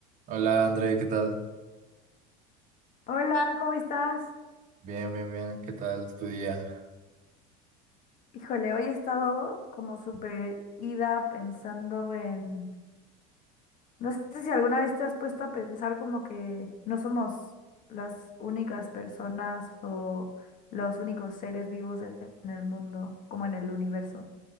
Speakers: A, on the right (about 45°); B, on the left (about 50°).
A: Hola André, ¿qué tal?
B: Hola, ¿cómo estás?
A: Bien, bien, bien, ¿qué tal tu día?
B: Híjole, hoy he estado como súper ida pensando en... No sé si alguna vez te has puesto a pensar como que no somos las únicas personas o los únicos seres vivos en el mundo, como en el universo.